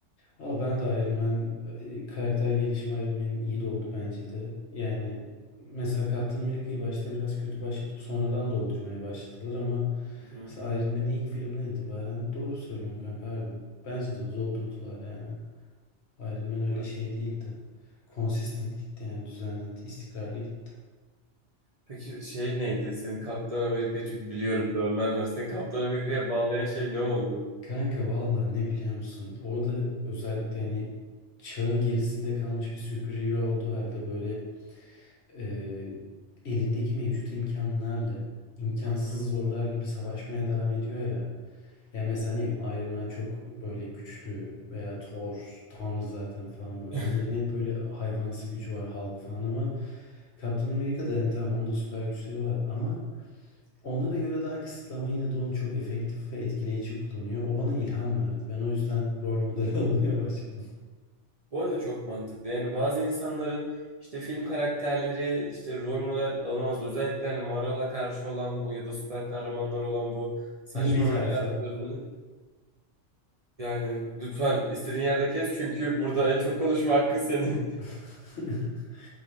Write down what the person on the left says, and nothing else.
Aa ben de Iron Man e, karakter gelişimi Iron Man'in iyi de oldu bence de. Yani mesela Captain America'yı başta biraz kötü başlatıp sonradan doldurmaya başladılar ama
mesela Iron Man'i ilk filmden itibaren doğru söylüyorsun kanka abi. Bence de doldurdular yani. Iron Man öyle
şey değildi. Consistent gitti yani düzenli, istikrarlı gitti.
Kanka valla ne biliyor musun? Orada özellikle hani çağın gerisinde kalmış bir superhero olduğu halde böyle e, elindeki mevcut imkanlarla imkansız
zorlar gibi savaşmaya devam ediyor ya. Yani mesela ne bileyim Iron Man çok böyle güçlü veya Thor, Tanrı zaten falan böyle.
Onların hep böyle hayvansı gücü var Hulk falan ama Captain America'da hani tamam onun da süper güçleri var ama Onlara göre daha kısıtlı ama yine de onu çok efektif ve etkileyici kullanıyor. O bana ilham verdi. Ben o yüzden rol model <laughs> almaya başladım.
Mubi
tayfa.
<laughs>